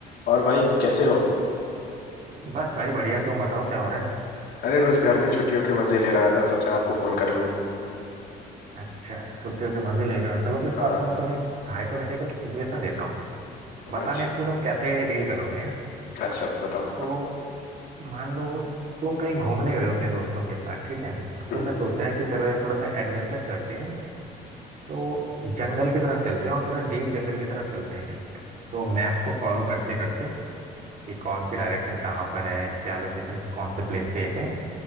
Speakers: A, on the left; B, on the right.
A: और भाई कैसे हो
B: बस भाई बढ़िया तुम बताओ क्या हो रहा है
A: अरे बस घर में छुट्टियों के मजे ले रहा था सोचा आपको फोन कर लूं
B: अच्छा छुट्टियों के मजे ले रहे हो चलो तो इस
A: हाँ
B: बात में मैं तुम्हें एक हाइपोथेटिकल सिचुएशन देता हूँ बताने
A: अच्छा
B: से तुम कैसे डील करोगे हैं?
A: अच्छा बताओ
B: तो मान लो तुम कहीं घूमने गए हो अपने दोस्तों के साथ ठीक है अब
A: हम्म
B: तुमने सोचा है कि चलो यार थोड़ा सा एडवेंचर करते हैं तो जंगल की तरफ चलते हैं और थोड़ा डीप जंगल की तरफ चलते हैं तो मैप को फॉलो करते करते कि कौन सी डायरेक्शन कहाँ पर है क्या लोकेशन कौन से प्लेस सेफ है